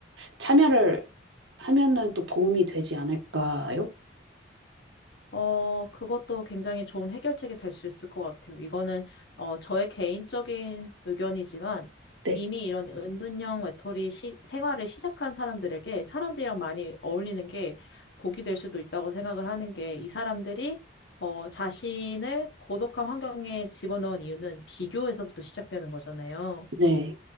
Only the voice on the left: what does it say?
어, 그것도 굉장히 좋은 해결책이 될 수 있을 것 같아요. 이거는, 어, 저의 개인적인 의견이지만
이미 이런 은둔형 외톨이 시- 생활을 시작한 사람들에게 사람들이랑 많이 어울리는 게 복이 될 수도 있다고 생각을 하는 게 이 사람들이 어, 자신을 고독한 환경에 집어넣은 이유는 비교에서부터 시작되는 거잖아요.